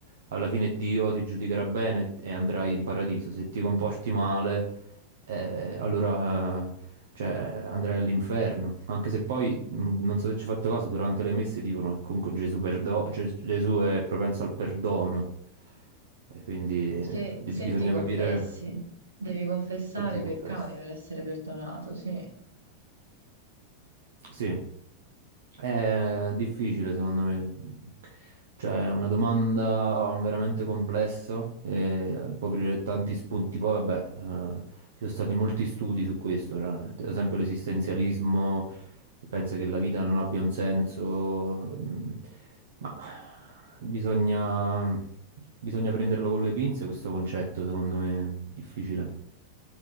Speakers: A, on the right; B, on the right.
A: alla fine Dio ti giudicherà bene e andrai in paradiso. Se ti comporti male, eh, allora, eh, cioè, andrai all'inferno. Anche se poi, mh, non so se ci hai fatto caso, durante le messe dicono che comunque Gesù, perdo- Ges- Gesù è propenso al perdono. E quindi
B: Se,
A: eh, di-
B: se
A: bisogna
B: ti confessi,
A: capire
B: devi confessare
A: se ti
B: i
A: confessi.
B: peccati per essere perdonato, sì.
A: Sì. È difficile secondo me, cioè è una domanda veramente complessa e può aprire tanti spunti. Poi vabbè, eh, ci sono stati molti studi su questo, cioè, ad esempio l'esistenzialismo pensa che la vita non abbia un senso, mm, ma bisogna, bisogna prenderlo con le pinze questo concetto secondo me, difficile.